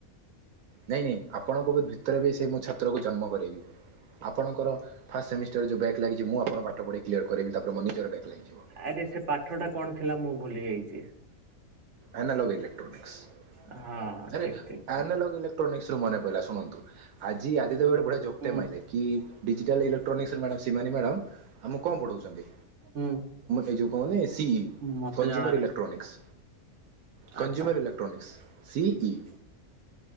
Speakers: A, on the right (about 80°); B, on the right (about 55°).
A: ନାଇଁ ନାଇଁ ଆପଣଙ୍କ ଭିତରେ ବି ସେ ମୁଁ ଛାତ୍ରକୁ ଜନ୍ମ କରରୋଇବି। ଆପଣଙ୍କର ଫାଷ୍ଟ ସେମିଷ୍ଟର ଯେଉଁ ବ୍ୟାକ୍। ଲାଗିଛି ମୁଁ ଆପଣଙ୍କୁ ପାଠ ପଢେଇ କ୍ଲିୟର। କରିବି ତାପରେ ମୋ ନିଜର ବ୍ୟାକ୍ ଲାଗିଯିବ।
B: ଆରେ ସେ ପାଠ ଟା କଣ ଥିଲା ମୁଁ ଭୁଲି ଯାଇଛି। <unintelligible>
A: ଏନାଲୋଗି ଇଲେକ୍ଟ୍ରୋନିକ୍ସ।
B: ହଁ ହଁ
A: <unintelligible>
B: ଠିକ ଠିକ ଠିକ
A: ଏଥିରୁ ମନେପଢିଲା ଶୁଣନ୍ତୁ ଆଜି ଆଦିତ୍ୟ ଭାଇ। ଗୋଟେ ଯୋକ୍ଟି
B: ହୁଁ
A: ମାଇଲେ କି? Digital electronics madam Shivani madam. ଆମ କଣ ପଢଉଛନ୍ତି
B: ହୁଁ।
A: ଏଇ ଯୋଉ କହନି ସି ଇ।
B: ମତେ ଜଣା
A: ଜୁମର୍
B: ନାହିଁ
A: ଏଇଲେକ୍ଟ୍ରୋନିକସ୍। କଂଜ୍ୟୁମର
B: ଆଚ୍ଛା
A: ଇଲେକ୍ଟ୍ରୋନିକ୍ସ। C E.